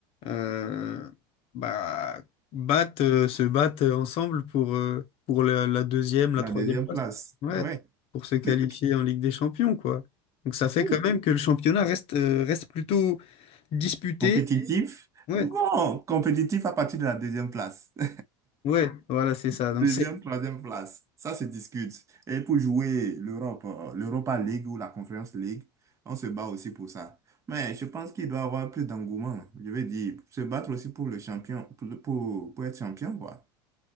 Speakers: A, on the left; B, on the right.
A: euh, bah, battent, euh, se battent ensemble pour, euh, pour la, la deuxième,
B: La
A: la troisième
B: deuxième
A: place.
B: place.
A: Ouais,
B: Ouais.
A: pour se qualifier
B: Mais
A: en Ligue des Champions, quoi. Donc ça fait
B: oui,
A: quand même que le championnat reste, euh, reste plutôt disputé.
B: compétitif.
A: Ouais,
B: Bon, compétitif à partir de la deuxième place. <laughs>
A: ouais, voilà, c'est ça.
B: Deuxième,
A: Donc c'est,
B: troisième place, ça se discute. Et pour jouer l'Europe, euh, l'Europa League ou la Conference League, on se bat aussi pour ça. Mais je pense qu'il doit y avoir plus d'engouement. Je veux dire, se battre aussi pour le champion, pour, le- pour, pour être champion, quoi.